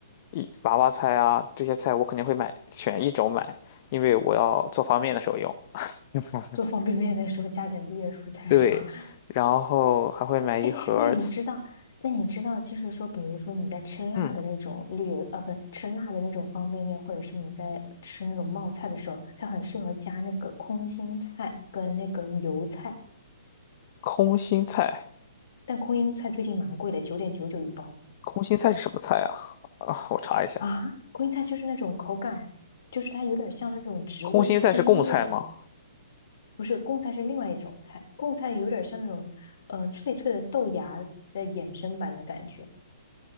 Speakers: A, on the left; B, on the left.
A: 一娃娃菜啊这些菜，我肯定会买，选一种买，因为我要做方便面的时候用。<laughs>
B: 做方便面的时候加点绿叶蔬菜是吧？
A: 对，然后还会买一盒儿
B: <laughs> 哎，那你知道，那你知道，就是说，比如说你在吃辣的那种绿叶，
A: 嗯，
B: 啊，不，吃辣的那种方便面，或者是你在吃那种冒菜的时候，它很适合加那个空心菜跟那个油菜。
A: 空心菜。
B: 但空心菜最近蛮贵的，九点九九一包
A: 空心菜是什么菜啊？啊，我查一下，
B: 啊！空心菜就是那种口感，就是它有点像那种植物的茎叶的
A: 空心菜是贡菜吗？
B: 不是贡菜是另外一种菜，贡菜有点像那种呃脆脆的豆芽的衍生版的感觉。